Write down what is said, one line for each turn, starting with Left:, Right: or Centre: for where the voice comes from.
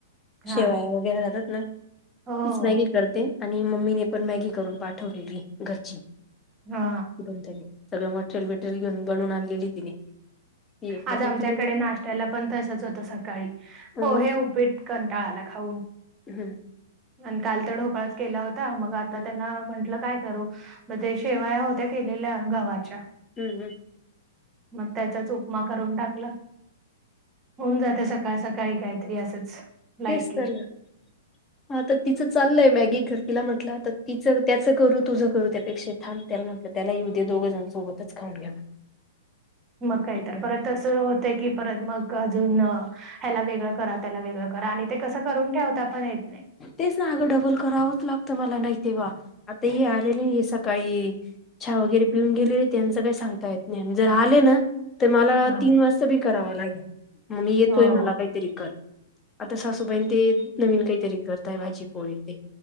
Right: हा
Left: शेवाया वगैरे जातात ना तीचं
Right: हो हो
Left: मॅगी नाही क करते. आणि मम्मीने पण मॅगी करून पाठवलेली घरची ती
Right: हा
Left: पण त्यांनी. सगळ मटरेल बिटरेल घेऊनवून आणलेली तिने. ती मग
Right: आज आमच्याकडे
Left: तिची डिमांड
Right: नाश्याला
Left: आहे
Right: पण तसचं होतं सकाळी पोहे
Left: ना.
Right: उपीट. कंटाळाला खाऊन.
Left: हम्म,
Right: आणि काल तर ढोकळाच केला होता मग आता
Left: हम्म
Right: त्यांना म्हंटलं काय करू? मग ते शेवाया होत्या केलेल्या गव्हाच्या.
Left: हम् हम्
Right: मग त्याचा चं उपमा - म करून टाकला होऊन जाते सकाळ सकाळी काहीतरी असंच. लाईटली
Left: तीस तारख <inaudible> हा तर तिचं चालय मॅगी कर तिला म्हटलं तर तिचं त्याचं करू तुझं करू त्यापेक्षा. थांब त्याला म्हटलं त्याला येऊ दे दोघजण सोबतच खाऊ घ्या.
Right: मग
Left: ठीक
Right: काहीत
Left: आहे
Right: परत
Left: मग
Right: तसं होतं की परत मग अजून ह्याला वेगळं करा - त्याला वेगळं करा आणि ते कसं करून ठेवत पण आपण येत नाही.
Left: तेचं ना अगं डबल करावंच लागतं मला नाही तेव्हा आता हे आलेले आहे सकाळी - चहा वगैरे पिऊन गेलेले त्यांचं काही सांगता येत नाही आणि जर आले ना - मला
Right: हा
Left: तीन वाजता बी करावा लागेल मग मी येतोय
Right: हो
Left: मला काहीतरी कर. आता सासूबाईन ते नवीन काहीतरी करतायं भाजी पोळी.